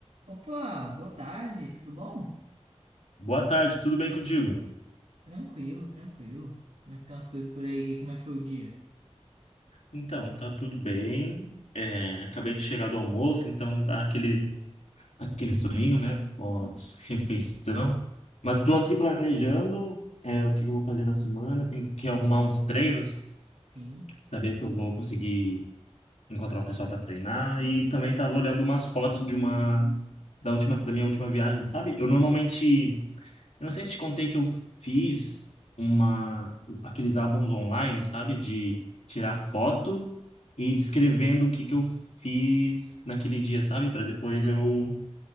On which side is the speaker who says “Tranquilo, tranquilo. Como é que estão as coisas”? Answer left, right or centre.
Right